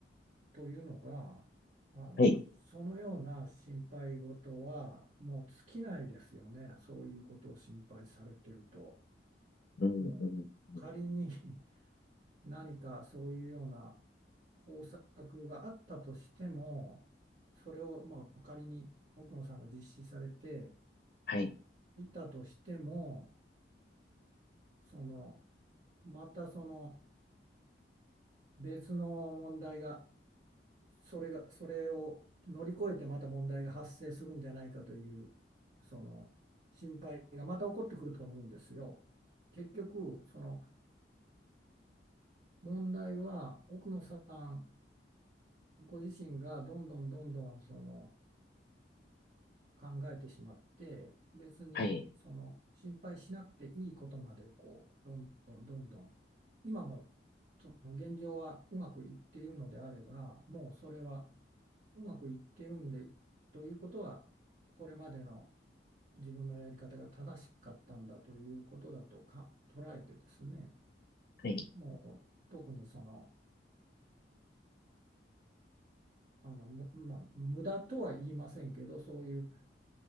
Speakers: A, on the right; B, on the left.
A: というのがあのそのような心配事はもう尽きないですよねそういうことを心配されてると
B: はい。うん、
A: もう仮に
B: うん。うん
A: <laughs> 何かそういうような方策があったとしても、それをまあ仮に奥野さんが実施されて
B: はい。
A: いたとしても、そのまたその別の問題が、それが、それを乗り越えてまた問題が発生するんじゃないかという、その心配がまた起こってくると思うんですよ。結局、その問題は奥野さんご自身がどんどんどんどんその考えてしまって別にその心配しなくていいことまでこうどんどんどんどん
B: はい。
A: 今も現状はうまくいっているのであればもうそれはうまくいってるんでということはこれまでの自分のやり方が正しかったんだということだとか捉えてですね
B: はい。
A: もう特にその、あのむまあ無駄とは言いませんけどそういう